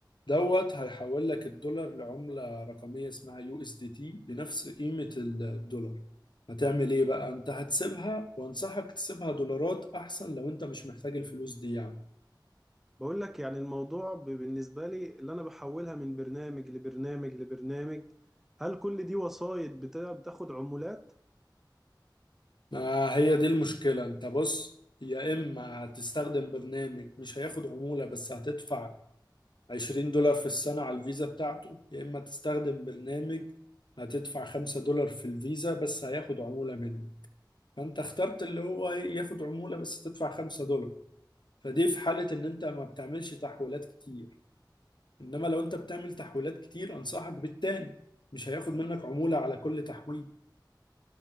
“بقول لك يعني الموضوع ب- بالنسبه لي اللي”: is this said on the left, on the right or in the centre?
Centre